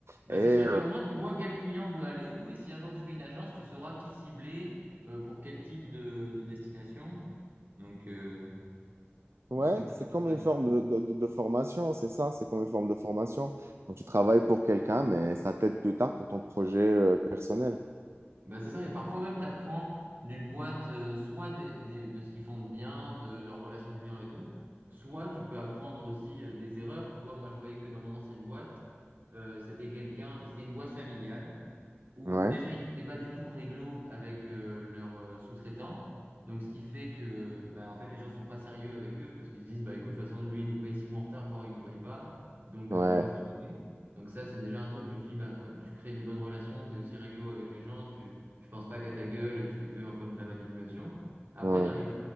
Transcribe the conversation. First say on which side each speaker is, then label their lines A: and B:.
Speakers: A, on the right (about 50°); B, on the right (about 75°).
A: Bah,
B: Et
A: c'est sûr,
B: euh,
A: et au moins tu vois quel client veut aller où, et si un jour tu fais une agence, tu sauras qui cibler, euh, pour quel type de, de destination. Donc, euh, non,
B: Ouais,
A: c'est clair.
B: c'est comme une forme de, de, de- de formation, c'est ça, c'est comme une forme de formation. Donc tu travailles pour quelqu'un, mais ça t'aide plus tard pour ton projet euh, personnel.
A: Bah c'est ça, et parfois même tu apprends d'une boîte, euh, soit des- des- de ce qu'ils font de bien, de leurs relations clients et tout, soit tu peux apprendre aussi euh, des erreurs. Tu vois, moi je voyais que dans mon ancienne boîte, euh, c'était quelqu'un, c'était une boîte familiale, où
B: Ouais,
A: déjà ils n'étaient pas du tout réglo avec euh, leurs euh, sous-traitants. Donc ce qui fait que bah, en fait les gens sont pas sérieux avec eux parce qu'ils se disent bah écoute de toute façon lui il nous paye six mois en retard voire il nous paye pas donc
B: ouais,
A: euh, on va pas s'embêter. Donc ça c'est déjà un truc je me suis dit bah, quand tu crées des bonnes relations tu es aussi réglo avec les gens tu tu penses pas qu'à ta gueule et tu fais que un peu de la manipulation. Après
B: ouais,
A: dans les